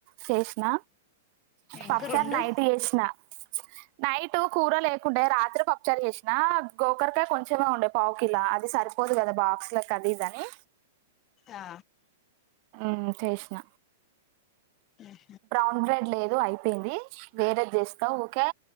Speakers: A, on the right; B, on the left.
A: చేసిన
B: ఏం
A: పప్పుచారు
B: కూర వండు
A: నైట్ చేసిన నైట్ కూర లే ఉండే రాత్రే పప్పుచారు చేసినా గోకరకాయ కొంచెమే ఉండే పావుకిలా అది సరిపోదు కదా బాక్స్ కలి దని
B: ఆ
A: హ్మ్ చేసిన
B: మ్
A: బ్రౌన్ బ్రెడ్ లేదు అయిపోయింది వేరేది చేస్తా ఉరికే